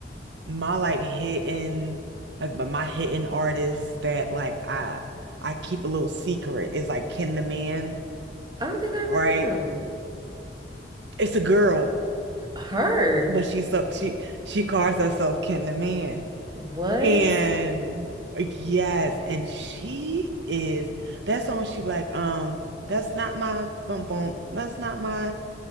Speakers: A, on the right; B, on the right.
A: my like hidden like but my hidden artists that like I I keep a little secret is like Ken the Man,
B: I don't think I've
A: right?
B: heard him.
A: It's a girl,
B: Her?
A: but she so she she calls herself Ken the Man.
B: What?
A: And uh, yes, and she is that song she be like, um, that's not my bum bum, that's not my